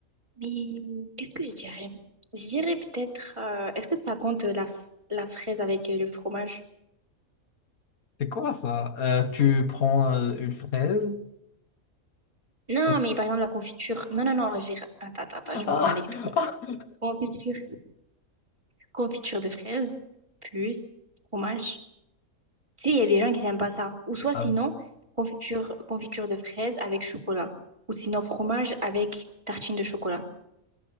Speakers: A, on the right; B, on the left.
A: Mais euh, qu'est-ce que je dirais? Je dirais peut-être, euh, est-ce que ça compte euh, la, f- la fraise avec euh, le fromage?
B: C'est quoi ça? Euh, tu prends euh, une fraise
A: Non,
B: et
A: mais
B: tu...
A: par exemple, la confiture. Non, non, non, j'ai. Attends, attends, attends, je
B: Ah!
A: me suis mal expliquée.
B: <laughs>
A: Confiture. Confiture de fraise plus fromage. Tu sais, il y a des gens qui n'aiment pas ça. Ou soit
B: Ah,
A: sinon, confiture, confiture de fraises avec chocolat. Ou sinon, fromage avec tartine de chocolat.